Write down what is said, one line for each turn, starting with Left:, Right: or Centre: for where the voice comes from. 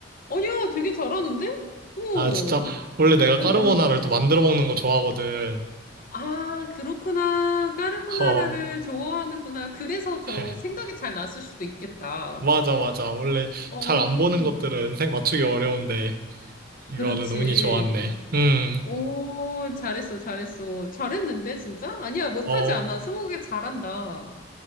Left: 아니야, 되게 잘하는데? 오,
Right: 아, 진짜? 원래 내가
Left: 오,
Right: 까르보나라를
Left: 오.
Right: 또 만들어 먹는 거 좋아하거든.
Left: 아, 그렇구나. 까르보나라를
Right: 어,
Left: 좋아하는구나. 그래서 저
Right: <laughs>
Left: 생각이 잘 났을 수도 있겠다.
Right: 맞아, 맞아. 원래
Left: 어,
Right: 잘 안 보는 것들은 색 맞추기 어려운데. 이거는
Left: 그렇지.
Right: 운이 좋았네. 음,
Left: 오, 잘했어, 잘했어. 잘했는데, 진짜? 아니야, 못하지
Right: 어,
Left: 않아. 스무고개 잘한다.